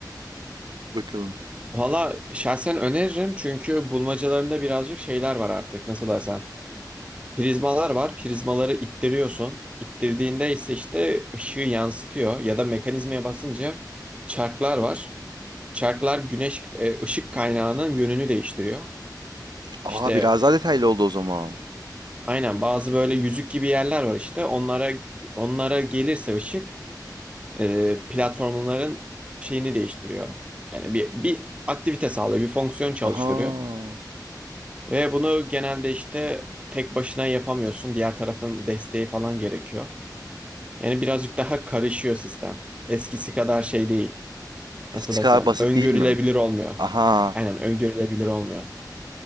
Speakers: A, on the right; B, on the right.
A: Bakalım.
B: Valla şahsen öneririm çünkü bulmacalarında birazcık şeyler var artık. Nasıl desem. Prizmalar var. Prizmaları ittiriyorsun. İttirdiğinde ise işte ışığı yansıtıyor. Ya da mekanizmaya basınca çarklar var. Çarklar güneş e, ışık kaynağının yönünü değiştiriyor. İşte
A: Aa biraz daha detaylı oldu o zaman.
B: Aynen bazı böyle yüzük gibi yerler var işte. Onlara onlara gelirse ışık e, platformların şeyini değiştiriyor. Yani bir bir aktivite sağlıyor, bir fonksiyon çalıştırıyor.
A: Aha.
B: Ve bunu genelde işte tek başına yapamıyorsun. Diğer tarafın desteği falan gerekiyor. Yani birazcık daha karışıyor sistem. Eskisi kadar şey değil.
A: Eskisi
B: Nasıl desem
A: kadar basit
B: öngörülebilir
A: değil mi?
B: olmuyor.
A: Aha.
B: Aynen öngörülebilir olmuyor.